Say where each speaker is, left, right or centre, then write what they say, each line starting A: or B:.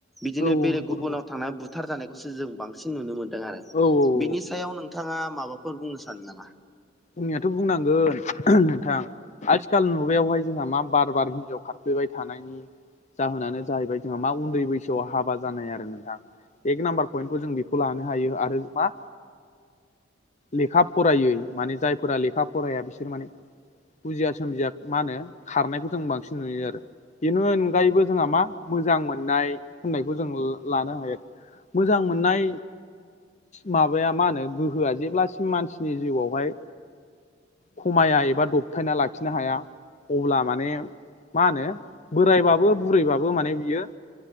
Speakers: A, in the centre; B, on the left (about 35°).
A: बिदिनो
B: नंगौ
A: बेलेग गुबुनाव
B: नंगौ
A: थांनानै बुथ बुथार जानायखौसो जों बांसिन नुनो मोन्दों आरो
B: औ
A: बिनि
B: औ
A: सायाव नोंथाङा माबाफोर बुंनो सानो नामा?
B: बुंनायाथ' बुंनांगोन नोंथां। आथिखाल मुगायावहाय जोंहा मा बार बार हिनजाव खारफ्लैबाय थानायनि जाहोनानो जाहैबाय जोंहा मा उन्दै बैसोआव हाबा जानाय आरो नोंथां। एक नाम्बार पइन्टखौ जों बेखौ लानो हायो आरो मा लेखा फरायै माने जायफोरा लेखा फराया बिसोर माने बुजिया सोमजिया मा होनो खारनायखौ जों बांसिन नुयो आरो बेनि अनगायैबो जोंहा मा मोजां मोननाय होननायखौ जों लानो हायो मोजां मोननाय माबाया मा होनो गोहोआ जेब्लासिम मानसिनि जिउआवहाय खमाया एबा दबथायना लाखिनो हाया अब्ला माने मा होनो बोरायबाबो बुरैबाबो माने बियो